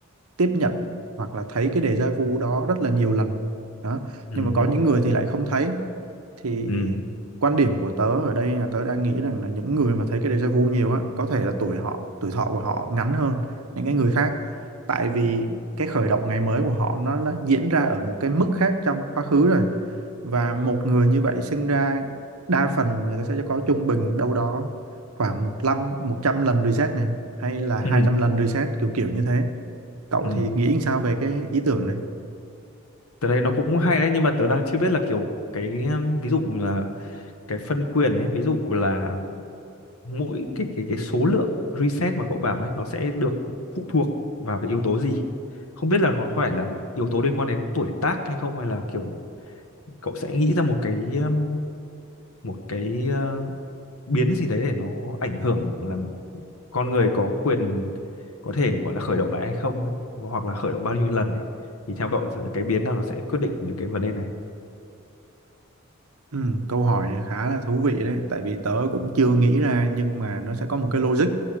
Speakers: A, on the right; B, on the left.
A: tiếp nhận hoặc là thấy cái déjà vu đó rất là nhiều lần đó
B: Ừ.
A: nhưng mà có những người thì lại không thấy thì
B: Ừ.
A: quan điểm của tớ ở đây là tớ đang nghĩ rằng là những người mà thấy cái déjà vu nhiều á có thể là tuổi họ tuổi thọ của họ ngắn hơn những cái người khác tại vì cái khởi động ngày mới của họ nó đã diễn ra ở một cái mức khác trong quá khứ rồi và một người như vậy sinh ra đa phần người ta sẽ có trung bình đâu đó khoảng 100 lần reset này hay là
B: Ừ.
A: hai trăm lần reset kiểu kiểu như thế Cậu
B: Ừ.
A: thì nghĩ sao về cái ý tưởng này?
B: Tớ đây nó cũng hay đấy nhưng mà tớ đang chưa biết là kiểu cái um, ví dụ là cái phân quyền ấy, ví dụ là mỗi cái cái cái số lượng reset mà cậu bảo ấy nó sẽ được phụ thuộc vào cái yếu tố gì? Không biết là có phải là yếu tố liên quan đến tuổi tác hay không hay là kiểu cậu sẽ nghĩ ra một cái um, một cái ờ, biến gì đấy để nó ảnh hưởng là con người có quyền có thể gọi là khởi động lại hay không ấy, hoặc là khởi động bao nhiêu lần ấy thì theo cậu sẽ là cái biến nào nó sẽ quyết định những cái vấn đề này
A: Ừ, câu hỏi này khá là thú vị đấy, tại vì tớ cũng chưa nghĩ ra nhưng mà nó sẽ có một cái logic.